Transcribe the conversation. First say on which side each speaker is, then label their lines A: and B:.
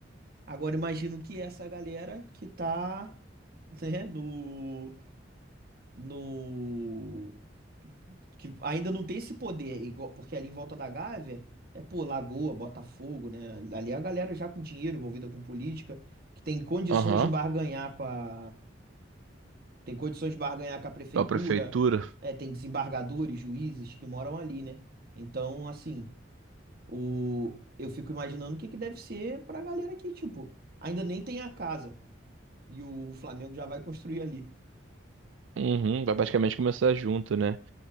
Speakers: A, on the right (about 50°); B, on the right (about 80°).
A: Agora imagino que essa galera que tá, né, no no que ainda não tem esse poder, é igual- porque ali em volta da Gávea é, pô, Lagoa, Botafogo, né? Ali é a galera já com dinheiro envolvida com política, que tem condições
B: Aham.
A: de barganhar com a tem condições de barganhar com a prefeitura,
B: Com a prefeitura.
A: é, tem desembargadores, juízes que moram ali, né? Então, assim, o eu fico imaginando o que que deve ser pra galera aqui, tipo, ainda nem tem a casa e o Flamengo já vai construir ali.
B: Uhum, vai basicamente começar junto, né?